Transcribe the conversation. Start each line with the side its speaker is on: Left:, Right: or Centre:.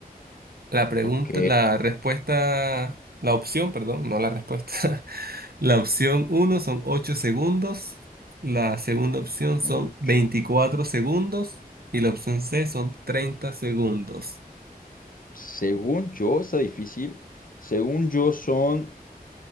Right: La pregunta,
Left: Ok,
Right: la respuesta, la opción, perdón, no la respuesta. <laughs> La opción uno son 8 segundos, la segunda opción son
Left: ocho.
Right: 24 segundos y la opción C son 30 segundos.
Left: Según yo, está difícil. Según yo, son